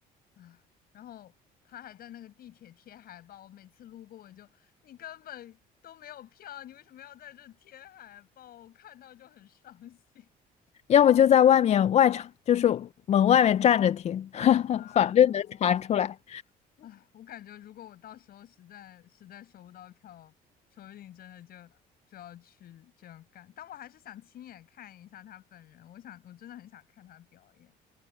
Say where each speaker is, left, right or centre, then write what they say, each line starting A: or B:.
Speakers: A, on the left (about 65°); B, on the left (about 40°).
A: 全啊。然后他还在那个地铁贴海报，我每次路过我就，你根本都没有票，你为什么要在这贴海报？我看到就很伤心。
B: 要么就在外面外场，就是门外面站着听，<laughs>
A: 哦，
B: 反正能传出来。
A: 哎，我感觉如果我到时候实在实在收不到票，说不定真的就就要去这样干。但我还是想亲眼看一下他本人，我想我真的很想看他表演，